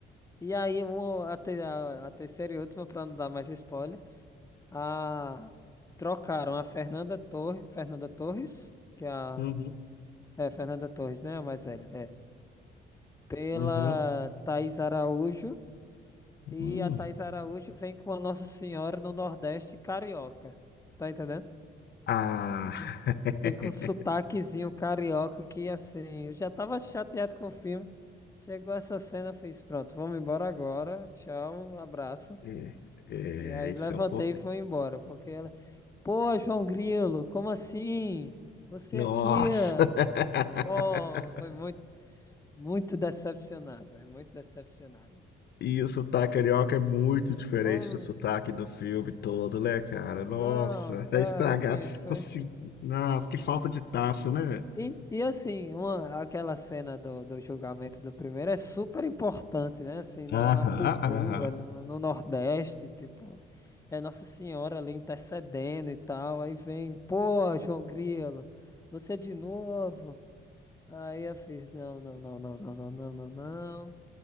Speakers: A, on the left; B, on the left.
A: e aí um, a, te- a- a terceira e última, pra não dar mais spoiler, a, trocaram a Fernanda Torres, Fernanda Torres, que é a,
B: Uhum,
A: é, Fernanda Torres, né? A mais velha, é. Pela
B: uhum,
A: Thaís Araújo. E
B: hum.
A: a Thaís Araújo vem com a Nossa Senhora no Nordeste Carioca. Tá entendendo?
B: Ah,
A: Vem
B: <laughs>
A: vem com sotaquezinho carioca que assim, eu já tava chateado com o filme. Chegou essa cena, eu fiz, pronto, vamos embora agora. Tchau, um abraço.
B: é, é,
A: E aí
B: isso
A: levantei
B: é um pouco.
A: e fui embora, porque ela, pô, João Grilo, como assim? Você
B: Nossa!
A: aqui, ó?"
B: <laughs>
A: Tipo, pô, foi muito, muito decepcionado, é muito decepcionado.
B: E o sotaque carioca é muito diferente
A: Putz,
B: do sotaque do filme todo, né, cara? Nossa,
A: não, cara,
B: <laughs> é estragar.
A: assim, foi.
B: Consigo... Nossa, que falta de tato, né?
A: E, e assim, uma, aquela cena do, do julgamento do primeiro é super importante, né? Assim, na,
B: Aham,
A: na cultura,
B: aham.
A: no, no Nordeste, tipo, é Nossa Senhora ali intercedendo e tal. Aí vem, pô, João Grilo, você de novo? Aí eu fiz, não, não, não, não, não, não, não, não, não.